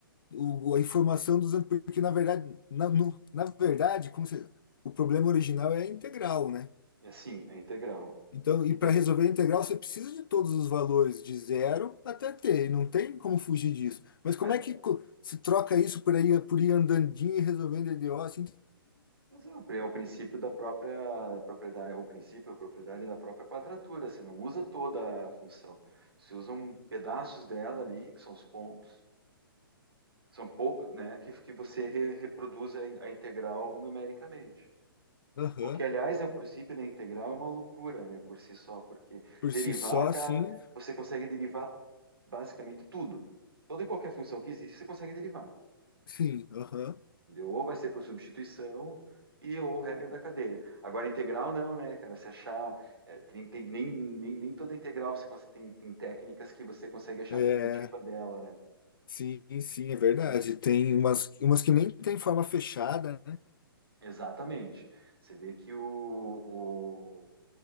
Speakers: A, on the left; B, on the right.
A: o, a informação dos an- porque na verdade, na, no- na verdade, como se- o problema original é a integral, né?
B: é assim, é integral.
A: Então, e
B: Inte-
A: para resolver a integral, você precisa de todos os valores, de zero até t,
B: sim.
A: e não tem como fugir disso. Mas como
B: Mas,
A: é que co- se troca isso por aí, por ir andandinho e resolvendo EDO assim?
B: mas é, o, pri- é o princípio da própria propriedade, é o princípio, a propriedade da própria quadratura. Você não usa toda a função. Você usa um pedaços dela ali, que são os pontos, que são poucos, né? Que, que você re- reproduz a, in- a integral numericamente.
A: Aham.
B: O que, aliás, é o princípio da integral, é uma loucura, né, por si só, porque
A: Por
B: derivar,
A: si só,
B: cara,
A: sim.
B: você consegue derivar basicamente tudo. Toda e qualquer função que existe, você consegue derivar.
A: Sim, aham.
B: Entendeu? Ou vai ser por substituição e ou regra da cadeia. Agora, integral não, né, cara? Você achar. é, tem- tem- nem, nem, nem toda integral você cons- tem, tem técnicas que você consegue achar
A: É,
B: a primitiva dela, né?
A: sim, sim, é verdade.
B: E-
A: Tem umas, umas que nem tem forma fechada, né?
B: Exatamente. Você vê que o,